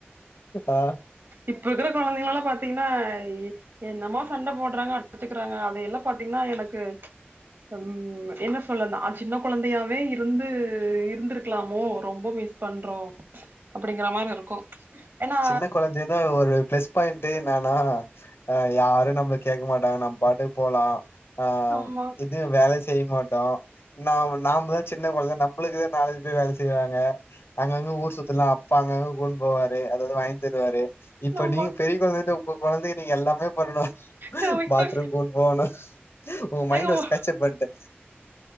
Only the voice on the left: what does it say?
ஆ
சின்ன கொழந்தையா தா ஒரு ப்ளஸ் பாயிண்ட்டு என்னானா ஆ யாரு நம்ள கேக்க மாட்டாங்க நம் பாட்டுக்கு போலா ஆ
எது வேல செய்ய மாட்டோ நா நாம தா சின்ன கொழந்த நம்ளுக்குதா நாலஞ்சு பேரு வேல செய்வாங்க அங்கங்க ஊர் சுத்துலா அப்பா அங்கங்க கூட்னு போவாரு அத இது வாய்ன் தருவாரு இப்ப
நீங்க பெரிய கொழந்தாய்ட்டு ஒங்க கொழந்தைக்கி நீங்க எல்லாமே பண்ணணு
பாத்ரூம் கூட்போவுனு ஒங்க மைண்ட்
வாய்ஸ் கேச்சப் பண்ட்டே